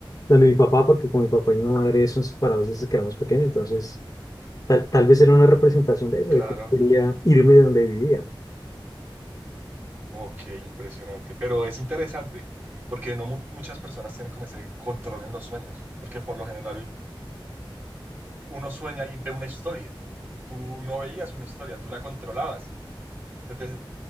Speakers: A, on the left; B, on the right.
A: donde mi papá, porque con mi papá y mi madre son separados desde que éramos pequeños, entonces tal, tal vez era una representación de eso,
B: Claro.
A: de que quería irme de donde vivía.
B: Ok, impresionante, pero es interesante porque no mu- muchas personas tienen como ese control en los sueños, porque por lo general uno sueña y ve una historia. Tú no veías una historia, tú la controlabas. Entonces